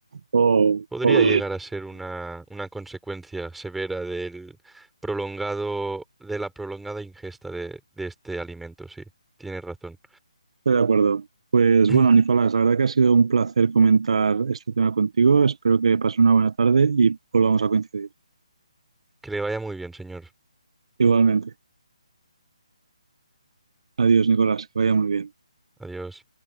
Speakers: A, on the right (about 60°); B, in the centre.
A: O,
B: Podría
A: o-
B: llegar a ser una, una consecuencia severa del prolongado, de la prolongada ingesta de, de este alimento, sí. tiene razón.
A: estoy de acuerdo. Pues
B: <clears throat>
A: bueno, Nicolás, la verdad que ha sido un placer comentar este tema contigo. Espero que pases una buena tarde y volvamos a coincidir.
B: Que le vaya muy bien, señor.
A: Igualmente. Adiós, Nicolás, que vaya muy bien.
B: Adiós.